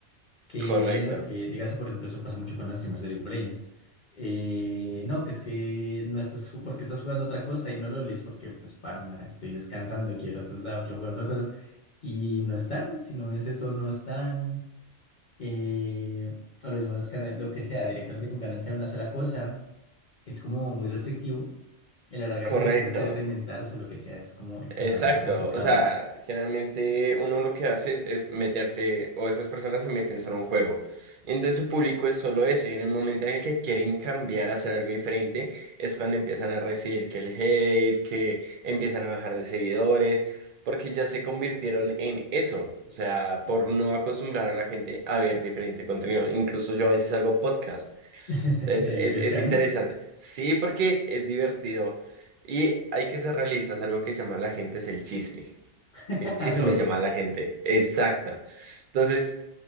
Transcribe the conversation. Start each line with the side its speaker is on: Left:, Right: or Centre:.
Left: Que,
Right: Correcto,
Left: lo que dígase, por ejemplo, eso pasa mucho con los streamers de League of Legends. Eh, no, que es que no estás, ju- porque estás jugando otra cosa y no lo lees porque, pues, pana, estoy descansando, quiero, otro lado, quiero jugar otra cosa. Y no están, si no es eso, no están eh, o lo mismo los canales, lo que sea, directamente con Canal sea una sola cosa, es como muy restrictivo. Y a la larga,
Right: correcto,
Left: si el streamer quiere reinventarse o lo que sea, es como exageradamente
Right: exacto.
Left: complicado.
Right: O sea, generalmente uno lo que hace es meterse, o esas personas se meten solo a un juego. Entonces su público es solo eso, y en el momento en el que quieren cambiar a hacer algo diferente, es cuando empiezan a recibir que el hate, que empiezan a bajar de seguidores, porque ya se convirtieron en eso. O sea, por no acostumbrar a la gente a ver diferente contenido. Incluso yo a veces hago podcast.
Left: <laughs>
Right: Es,
Left: El
Right: es,
Left: just
Right: es
Left: chatting
Right: interesante. Sí, porque es divertido. Y hay que ser realistas. Algo que llama a la gente es el chisme.
Left: <laughs>
Right: El chisme
Left: a todos,
Right: llama a la gente. Exacto. Entonces,